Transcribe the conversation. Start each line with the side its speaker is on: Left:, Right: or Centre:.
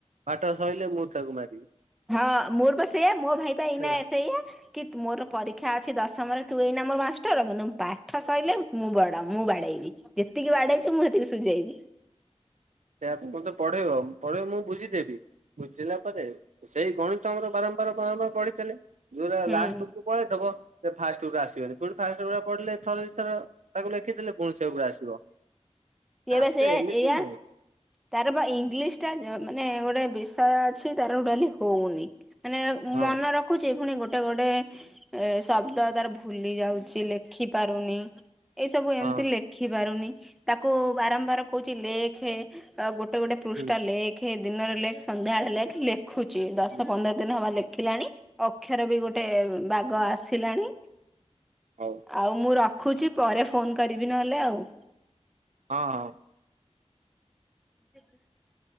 Right: ପାଠ ସଇଲେ ମୁଁ ତାକୁ ମାରିବି।
Centre: ହଁ ମୋର ବା ସେଇୟା ମୋ ଭାଇ ପା ଏଇନା
Right: ହେଲା
Centre: ସେଇଆ କି? ମୋର ପରୀକ୍ଷା ଅଛି ଦଶମରେ ତୁ ଏଇନା ମୋର ମାଷ୍ଟର କିନ୍ତୁ ପାଠ ସଇଲେ। ମୁଁ ବଡ ମୁଁ ବାଡେଇବି ଯେତିକି ବାଡେଇଛି ମୁଁ ସେତିକି ସୁଝେଇବି।
Right: ସେୟା ମୋତେ ପଢେଇବ ପଢେଇବ ମୁଁ ବୁଝିଦେବି। ବୁଝିଲା ପରେ ସେଇ ଗଣିତ ମୋର ବାରମ୍ବାର ବାରମ୍ବାର ପଢି ଚାଲେ। ଯୋଉଟା
Centre: ହୁଁ
Right: ଲାଷ୍ଟ କୁ ପଳେଇଥବ ଫାଷ୍ଟ ରୁ ଆସିବନି ପୁଣି ଫାଷ୍ଟ ରୁ ପୁରା ପଢିଲେ ଥରେ ଦୁଇ ଥର ତାକୁ ଲେଖିଦେଲେ ପୁଣି ସେଗୁଡା ଆସିବ
Centre: ସିଏ
Right: ଆସେ
Centre: ବା ସେଇଆ
Right: ଏମିତି
Centre: ଏଇଆ
Right: ନୁହେଁ।
Centre: ତାର ବା ଇଂଲିଶ ଟା ମାନେ ଗୋଟେ ବିଷୟ ଅଛି ତାର ଗୋଟେ ଟୋଟାଲି ହଉନି। ମାନେ
Right: ହଁ
Centre: ମନେ ର ରଖୁଛି ପୁଣି ଗୋଟେ ଗୋଟେ ଶବ୍ଦ ତାର ଭୁଲି ଯାଉଛି ଲେଖି ପାରୁନି ଏଇସବୁ ଏମିତି
Right: ହଁ।
Centre: ଲେ -ଖିପାରୁନି ତାକୁ ବାରମ୍ବାର କହୁଛି ଲେଖେ ଗୋଟେ ଗୋଟେ ପୃଷ୍ଠା
Right: ହୁଁ
Centre: ଲେ ଲେଖ ଦିନରେ ଲେଖ ସନ୍ଧ୍ୟାବେଳେ ଲେଖ ଲେଖୁଛି ଦଶ
Right: ହୁଁ
Centre: ପନ୍ଦର ଦିନ ହବ ଲେଖିଲାଣି। ଅକ୍ଷର ବି ଗୋଟେ ବାଗ ଆସିଲାଣି।
Right: ହ
Centre: ଆଉ ମୁଁ ରଖୁଛି ପରେ ଫୋନ କରିବି ନହେଲେ ଆଉ।
Right: ହଁ ହଁ।
Centre: ସେ <unintelligible>